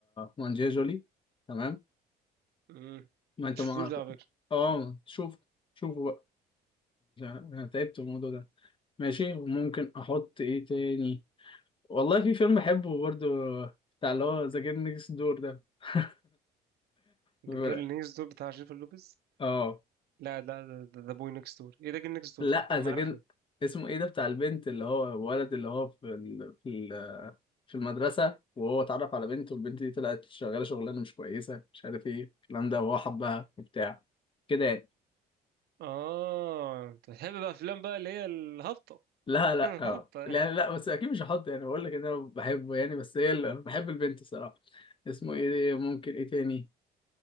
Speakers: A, on the left; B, on the right.
A: وانجيا جولي تمام
B: مم.
A: ما انت
B: شفتوش
A: ما
B: ده على فكرة
A: اه شوف شوفوا بقى انا تعبت من الموضوع ده ماشي وممكن احط ايه تاني والله في فيلم بحبه برضو بتاع اللي هو ذا جيم نيكست دور ده <laughs> بيقول-
B: ده جيرل نيكست دور بتاع جينيفر لوبيز
A: اه
B: لا لا ده ذا بوي نيكست دور ايه ده جيرل نيكست دور
A: لا
B: ده
A: ذا
B: انا
A: جيم
B: عارفه
A: اسمه ايه ده بتاع البنت اللي هو الولد اللي هو في ال... في ال... في المدرسة وهو اتعرف على بنت والبنت دي طلعت شغالة شغلانة مش كويسة مش عارف ايه الكلام ده وهو حبها وبتاع كده يعني
B: اه انت بتحب بقى افلام بقى اللي هي الهابطه
A: لا لا
B: <laughs> هابطه
A: اه لا لا بس اكيد مش هحط يعني بقول لك ان انا بحبه يعني بس هي اللي بحب البنت الصراحة اسمه ايه ده؟ ممكن ايه تاني